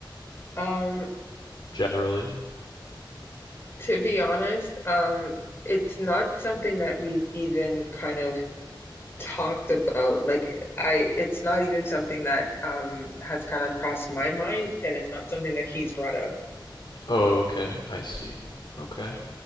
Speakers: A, on the left; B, on the left.
A: Um
B: generally?
A: To be honest, um, it's not something that we've even kind of talked about. Like I, it's not even something that um has kind of crossed my mind, and it's not something that he's brought up.
B: Oh, okay, I see. Okay.